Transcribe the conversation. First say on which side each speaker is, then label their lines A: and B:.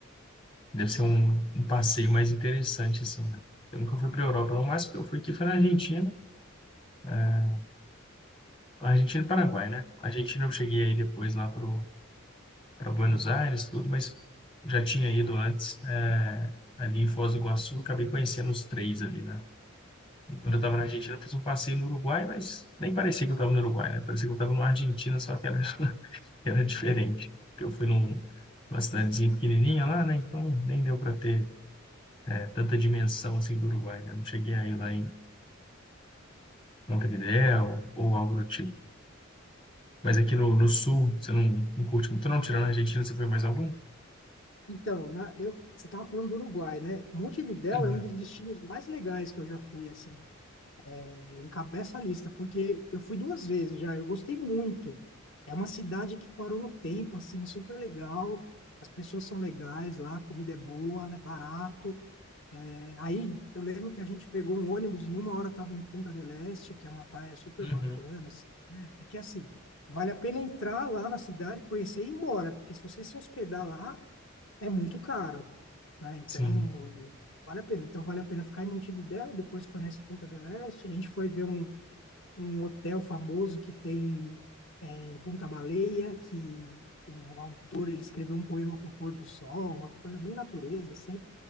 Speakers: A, on the left; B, on the left.
A: Deve ser um, um passeio mais interessante, assim, né? Eu nunca fui para a Europa, não. O máximo que eu fui aqui foi na Argentina. É, Argentina e Paraguai, né? Argentina eu cheguei aí depois lá pro, para Buenos Aires, tudo, mas já tinha ido antes é, ali em Foz do Iguaçu, acabei conhecendo os três ali, né? E quando eu estava na Argentina, eu fiz um passeio no Uruguai, mas nem parecia que eu estava no Uruguai, né? Parecia que eu estava na Argentina, só que era, <laughs> era diferente.
B: E-
A: Porque eu fui num, numa cidadezinha pequenininha lá, né? Então nem deu para ter é, tanta dimensão assim do Uruguai, né? Não cheguei aí lá em Montevidéu ou algo do tipo. Mas aqui no, no sul, você não, não curte muito, não? Tirando a Argentina, você foi mais algum?
B: Então, na, eu, você estava falando do Uruguai, né? Montevidéu
A: Uhum,
B: é um dos destinos mais legais que eu já fui, assim. É, encabeça a lista, porque eu fui duas vezes já, eu gostei muito. É uma cidade que parou no tempo, assim, super legal. As pessoas são legais lá, a comida é boa, é barato. É, aí eu lembro que a gente pegou um ônibus e em uma hora estava em Punta del Este, que é uma praia super
A: uhum,
B: bacana. assim, né? É que assim, vale a pena entrar lá na cidade, conhecer e ir embora, porque se você se hospedar lá, é muito caro, né? Então,
A: sim.
B: vale a pena. Então, vale a pena ficar em Montevidéu, depois conhece Punta del Este. A gente foi ver um um hotel famoso que tem é, em Punta Baleia, que o autor ele escreveu um poema para o pôr do sol, uma coisa bem natureza, assim.